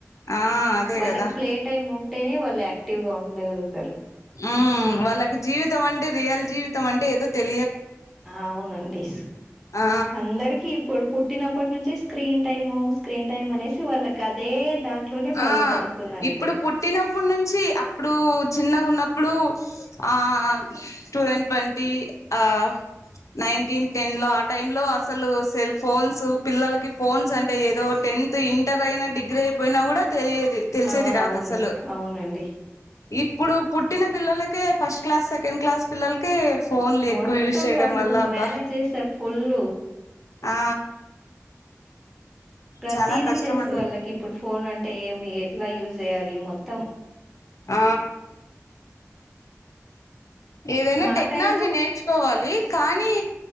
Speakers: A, on the left; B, in the centre.
A: ఆ అదే
B: వాళ్ళకి
A: కదా
B: ప్లే టైమ్ ఉంటేనే వాళ్ళు యాక్టివ్ గా ఉండగలుగుతారు
A: ఉ వాళ్ళకి జీవితం అంటే రియల్ జీవితం అంటే ఏదో తెల్
B: అవునండిస్
A: ఆ
B: అందరికి ఇప్పుడు పు పుట్టినప్పట్ నుంచే స్క్రీన్ టైము స్క్రీన్ టైం అనేసి వాళ్ళకి అదే దాంట్లోనే వాళ్ళు
A: ఆ
B: బతుకుతున్నారు
A: ఇప్పుడు పుట్టినప్పుడ్ నుంచి అప్పుడు చిన్నగా ఉన్న ఇప్పుడు ఆ అ టు తౌసండ్ ట్వంటీ ఆ నైన్టీన్ టెన్ లో ఆ టైంలో అసలు సెల్ ఫోన్సు పిల్లలకి ఫోన్స్ అంటే ఏదో టె టెన్త్ ఇంటర్ అయినా డిగ్రీ అయిపోయినా కూడ్ తెలియది తెలిసేది
B: ఆ
A: కాదు
B: అవును
A: అసలు
B: అవునండి
A: ఇ ఇప్పుడు పుట్టిన పిల్లలకే ఫస్ట్ క్లాస్ సెకండ్ క్లాస్ పిల్లలకె ఫోన్ల్
B: మొత్తం
A: ఎక్కువ యూస్ చేయడం
B: వాళ్ళు
A: వల్ల అబ్బా
B: మేనేజ్ చేస్తారు ఫుల్
A: ఆ
B: ప్రతీది
A: చాలా కష్టం
B: తెలుసు
A: అండి
B: వాళ్ళకిప్పుడ్ ఫోన్ అంటే ఏమి ఏ ట్ల యూజ్ చేయ్యాలి మొత్తం
A: ఆ ఏదైనా
B: మా
A: టెక్నాల్జీ
B: టైమ్ లో
A: నేర్చుకోవాలి కానీ